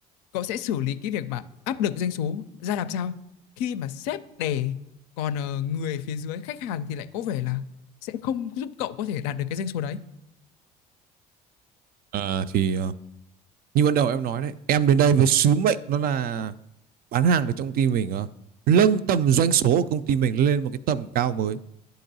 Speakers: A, on the left; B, on the right.
A: Cậu sẽ xử lý cái việc mà áp lực doanh số ra làm sao khi mà sếp đè còn ờ, người phía dưới khách hàng thì lại có vẻ là sẽ không giúp cậu có thể đạt được cái doanh số đấy.
B: à thì ờ, như ban đầu em nói đấy em đến đây với sứ mệnh nó là bán hàng được trong công ty mình ờ, nâng tầm doanh số của công ty mình lên một cái tầm cao mới